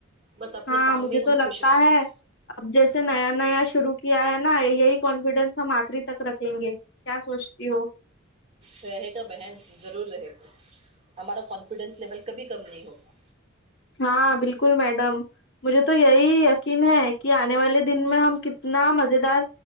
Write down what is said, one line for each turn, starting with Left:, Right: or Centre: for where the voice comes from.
Right: بس اپنے
Left: ہاں
Right: کام
Left: مجھے
Right: میں ہم
Left: تو لگتا
Right: خوش رہیں
Left: ہے
Right: گے
Left: اب جیسے نیا نیا شرو کیا ہے نا یہی کانفیڈینس ہم آخری تک رکھیں گے سوچتی ہو
Right: رہے گا بہن ضرور رہے گا ہمارا کانفیڈینس لیول کبھی کم نہیں ہوگا
Left: ہاں بالکل میڈم مجھے تو یہی یقین ہے کہ آنے والے دن میں ہم کتنا مز دار